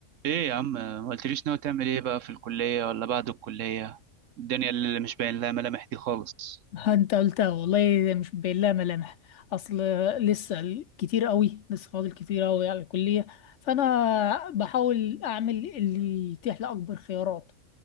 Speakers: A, on the right; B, on the left.
A: ايه يا عم ما قلتليش ناوي تعمل ايه بقى في الكلية ولا بعد الكلية الدنيا اللي مش باين لها ملامح دي خالص
B: انت قلتها والله مش باين لها ملامح اصل لسه كتير قوي لسه فاضل كتير قوي على الكليه فانا بحاول اعمل اللي يتيح لي اكبر خيارات